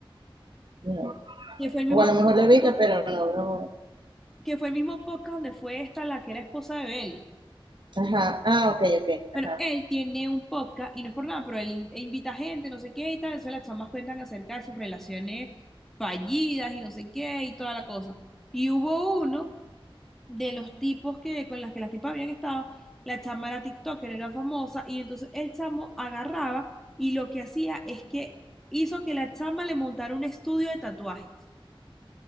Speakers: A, on the right; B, in the centre.
A: No.
B: que fue el mismo
A: O a lo mejor
B: podcast
A: le ubica,
B: donde,
A: pero no, no.
B: que fue el mismo podcast donde fue esta la que era esposa de Vélez.
A: Ajá, ah, ok, ok,
B: Bueno,
A: ajá,
B: él tiene un podcast y no es por nada, pero él invita gente, no sé qué y tal. Entonces las chamas cuentan acerca de sus relaciones fallidas y no sé qué y toda la cosa. Y hubo uno de los tipos que con las que las tipas habían estado, la chama era TikToker, era famosa y entonces el chamo agarraba y lo que hacía es que hizo que la chama le montara un estudio de tatuajes.